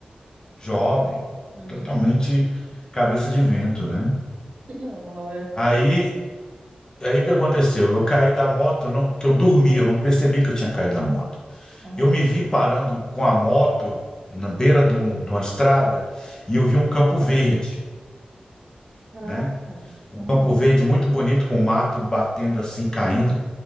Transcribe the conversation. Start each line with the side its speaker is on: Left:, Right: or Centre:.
Left: jovem,
Right: Uhum.
Left: totalmente cabeça de vento, né?
Right: Não, é.
Left: Aí, aí o que aconteceu? Eu caí da moto, não, porque eu dormi, eu não percebi que eu tinha caído da moto.
Right: Uhum.
Left: Eu me vi parando com a moto na beira de, um- de uma estrada e eu vi um campo verde,
Right: Caraca.
Left: né? Um
Right: Uhum.
Left: campo verde muito bonito, com o mato batendo assim, caindo.